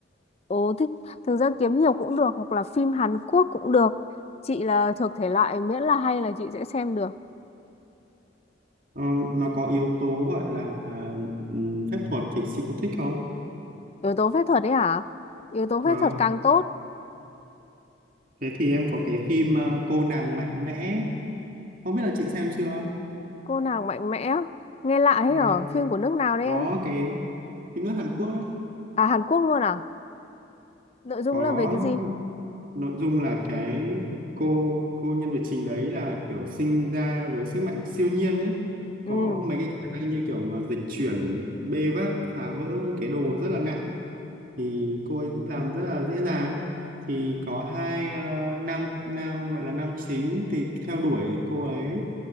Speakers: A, on the left; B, on the right.
A: Ồ, thích thực ra kiếm nhiều cũng được hoặc là phim Hàn Quốc cũng được. Chị là thuộc thể loại miễn là hay là chị sẽ xem được.
B: ờ, nó có yếu tố gọi là à, ừm, phép thuật thì chị có thích không
A: Yếu tố phép thuật đấy hả? Yếu tố
B: Vâng
A: phép thuật càng tốt.
B: thế thì em có cái phim ờ, cô nàng mạnh mẽ không biết là chị xem chưa
A: Cô nàng mạnh mẽ. Nghe lạ thế
B: vâng
A: ở phim của nước nào đấy
B: có
A: em?
B: cái phim nước Hàn Quốc đấy
A: À Hàn Quốc luôn à? Nội dung
B: có
A: là về cái gì?
B: nội dung là cái cô cô nhân vật chính đấy là kiểu sinh ra với sức mạnh siêu nhiên ấy có
A: Ừ,
B: mấy cái khả năng như kiểu mà dịch chuyển bê vác phá vỡ cái đồ rất là nặng thì cô ấy làm rất là dễ dàng thì có hai ờ, nam nam gọi là nam chính thì theo đuổi cô ấy